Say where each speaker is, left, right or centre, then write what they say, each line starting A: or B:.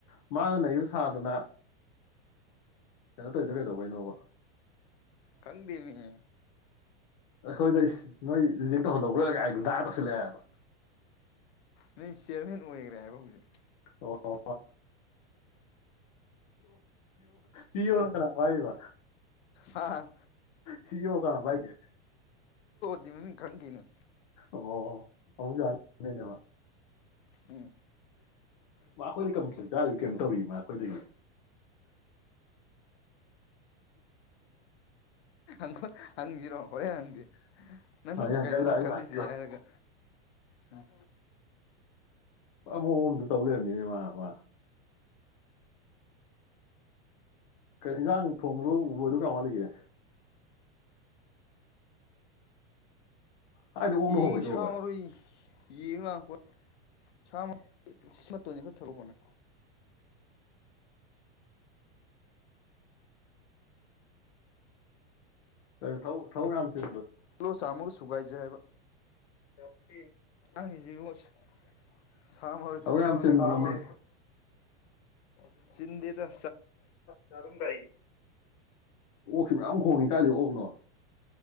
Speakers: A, on the left; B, on the left.
A: ꯃꯥꯅ ꯅꯌꯨ ꯁꯥꯗꯅ ꯀꯩꯅ ꯇꯧꯗ ꯀꯩꯗꯧꯕꯩꯅꯣꯕ
B: ꯈꯪꯗꯦꯃꯤ
A: ꯑꯩꯈꯣꯏꯗ ꯅꯣꯏ ꯔꯤꯖꯦꯛ ꯇꯧꯍꯜꯍꯧꯧꯕ꯭ꯔꯒ ꯑꯩ ꯨꯟꯇ ꯇꯧꯁꯤꯜꯂꯛꯑꯦꯕ
B: ꯅꯣꯏ ꯆꯤꯌꯔꯃꯦꯟ ꯑꯣꯏꯈ꯭ꯔꯦ ꯍꯥꯏꯕ ꯍꯧꯖꯤꯛ
A: ꯑꯣ ꯑ ꯁꯤꯅ ꯀꯅꯥ
B: ꯍꯥ
A: ꯁꯤꯣ ꯀ ꯄꯥꯏꯒꯦ
B: ꯗꯤ ꯃꯃꯤ ꯈꯪꯒꯤꯅꯦ
A: ꯑꯣ ꯑꯍꯨꯝ ꯌꯥꯅꯦꯕ
B: ꯎꯝ
A: ꯃꯥ ꯑꯩꯈꯣꯏꯗ ꯀꯃ ꯁ ꯆꯥꯔꯤꯕ ꯀꯩꯝ ꯇꯧꯔꯤ ꯃꯥ ꯑꯩꯈꯣꯏꯗꯒꯤ
B: ꯪꯣꯏ ꯍꯪꯁꯤꯔꯣ ꯍꯣꯔꯦꯟ ꯍꯪꯒꯦ ꯅꯪ
A: ꯍꯪꯉꯦ ꯍꯪꯉꯦ
B: ꯀꯩꯅꯣ
A: ꯑꯩ ꯂꯥꯛꯑꯦ ꯑꯩ
B: ꯈꯜꯂꯤꯁꯦ
A: ꯂꯥꯛꯑꯦ
B: ꯍꯥꯏꯔꯒ ꯎꯝ
A: ꯑꯃꯣ ꯑꯃꯝꯇ ꯇꯧ ꯂꯩꯔꯝꯃꯤꯅꯦ ꯃꯥ ꯃꯥ ꯀ ꯏꯟꯖꯥꯡ ꯊꯣꯡꯕꯗꯣ ꯎꯕꯣꯏꯗꯣ ꯀꯔꯏꯃꯂꯤꯒꯦ ꯍꯥꯏꯗꯤ ꯑꯣꯛꯅ
B: ꯌꯦꯡ
A: ꯍꯣꯡꯉꯩꯗꯣꯕ
B: ꯁꯥ ꯃꯔꯣꯏ ꯌꯦꯡ ꯂꯥꯡꯉꯛꯄ ꯁꯥꯃ ꯁꯤ ꯃꯇꯣꯟꯁꯤ ꯈꯔ ꯊꯂꯛꯄꯅꯦ
A: ꯀꯩꯅ ꯊꯧ ꯊꯧ ꯌꯥꯝꯝ ꯆ
B: ꯄꯂꯣ ꯆꯥꯃꯨꯒ ꯁꯨꯒꯥꯏꯖꯩ ꯍꯥꯏꯕ
A: <unintelligible>
B: ꯑꯩꯒꯤꯁꯤ ꯁꯥ ꯃꯔꯣꯏ
A: ꯊꯕꯛ
B: ꯊꯠꯄ
A: ꯌꯥꯝ
B: ꯉꯩꯇꯗꯤ
A: ꯆꯤꯟꯕ꯭ꯔꯃꯤ
B: ꯁꯤꯁꯤꯡꯗꯤꯤꯗ
A: ꯀꯔꯝ ꯇꯏ ꯑꯣꯛꯁꯤ ꯃꯌꯥꯝ ꯈꯣꯡꯉꯤ ꯀꯥꯏꯥꯁꯦ ꯑꯣꯛꯅꯣ